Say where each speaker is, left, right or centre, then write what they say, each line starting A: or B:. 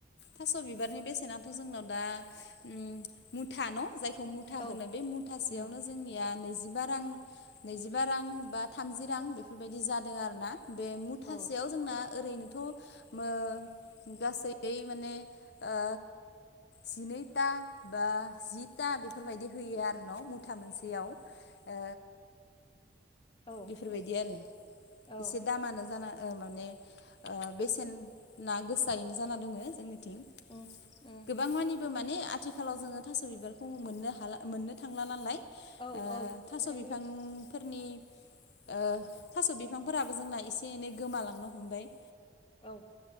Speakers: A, on the left (about 70°); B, on the left (about 30°).
A: थास' बिबारनि बेसेनाथ' जोंनाव दा ओम मुथा न' जायखौ मु था
B: औ
A: होनो बे मुथासेयावनो
B: उम
A: जोंनिया नैजिबा रां नैजिबा रां बा थामजि रां बेफोरबायदि जादों आरो ना बे मु मुथासेआव
B: औ
A: जोंना ओरैनोथ' ओ गासैयै माने ओ जिनै ता बा जि ता बेफोरबायदि होयो आरो न' मुथा मोनसेयाव। ओ
B: औ
A: बेफोरबायदि आरो
B: औ
A: एसे दामानो जाना ओ माने ओ बेसेनआ गोसायैनो जाना दोङो जोंनिथिं।
B: उम उम।
A: गोबां मानिबो माने आथिखालाव जोङो थास' बिबारखौ मोननो हाला मोननो थांला नालाय ओ
B: औ औ
A: थास'
B: ओंखायनो
A: बिफांफोरनि ओ थास' बिफांफोराबो जोंना एसे एनै गोमालांनो हमबाय।
B: औ